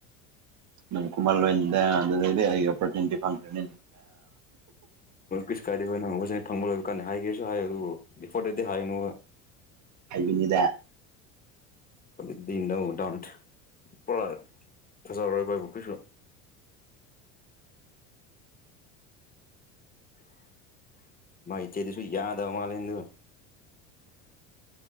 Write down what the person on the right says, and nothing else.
ꯅꯪ ꯀꯨꯝꯃꯜ ꯂꯣꯏꯗ ꯑꯗꯨꯗꯗꯤ ꯑꯩ ꯑꯣꯄꯣꯔꯆꯨꯅꯤꯇꯤ ꯐꯪꯗ꯭ꯔꯦꯅꯤ
ꯑꯕꯤꯅꯤꯗ